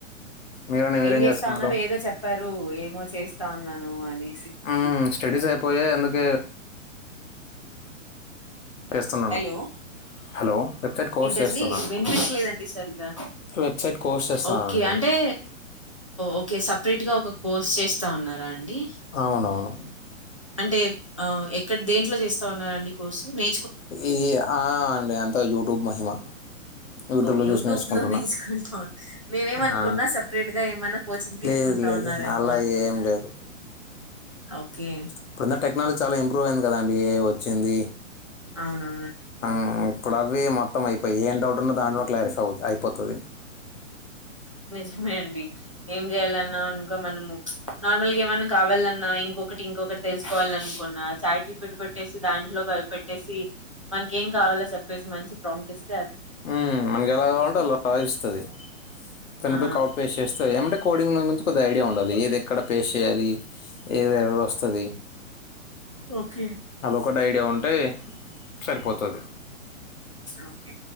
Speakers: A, on the left; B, on the right.
A: మీరండి మీరేం
B: ఏం చేస్తా
A: చేస్తున్నారు
B: ఉన్నారు ఏదో చెప్పారు ఏమో చేస్ తా ఉన్నాను అని
A: ఉమ్మ్ స్టడీస్ అయిపోయాయి అందుకే చేస్తున్నాను
B: హలో
A: హలో వెబ్సైట్ కోర్స్
B: ఏంటండి
A: చేస్తున్నా
B: వినిపీట్లేదండి సరిగ్గా
A: వెబ్సైట్ కోర్స్ చేస్తున్నానండి
B: ఓకే అంటే ఓకే సప్ ప్రేట్ గా ఒక కోర్స్ చేస్తా ఉన్నారా అన్ డి
A: అవునవును
B: అంటే ఆ ఎక్కడ దేంట్లో చేస్తా ఉన్నారండి కోర్సు నే
A: ఈ ఆ అండి అంతా యూట్యూబ్ మహిమ యూట్యూబ్లో
B: ఓ యూట్యూబ్
A: చూసి నేర్చుకుంటున్నా
B: లో నేర్చుకుంటా నేనేమనుకున్నా
A: ఆ,
B: సపరేట్ గా ఏమైనా కోచింగ్ తీసుకుంటా
A: లేదు లేదు
B: ఉన్నారేమో
A: అలా
B: అనుకున్నా
A: ఏం లేదు
B: ఓకే
A: ఇప్పుడున్న టెక్నాలజీ చాలా ఇంప్రూవ్ అయింది కదండి ఏ ఐ వచ్చింది
B: అవునా
A: ఆ ఇక్కుడవి మొత్తం అయిపోయి ఏం డౌట్ ఉన్న దాంట్లోలో క్లారిఫై అవు అయిపోతాది
B: నండి ఏం చేయాలన్నా అనుకో మనము నార్మల్ గా ఏమైన్నా కావాలన్నా ఇంకొకటి ఇంకొకటి తెలుసుకోవాలనుకున్నా చాట్ జీపీటి కోట్టేసి దాంట్లోకి అవి పె ట్టేసి మనకేం కావాలో చెప్పేసి మంచి ప్రాంటిస్
A: మ్ మనకి ఎలా కావాలంటే అలా రావిస్తది దాన్నిపోయి
B: ఆ
A: కాపి పేస్ట్ చేస్తే ఏమంటే కోడింగ్ దాని గురించి కొద్దిగా ఐడియా ఉండాలి ఏది ఎక్కడ పేస్ట్ చేయాలి ఏది ఎర్రర్ వస్తది
B: ఓకే
A: క్కటి ఐడియా ఉంటే సరిపోతాది
B: ఓకే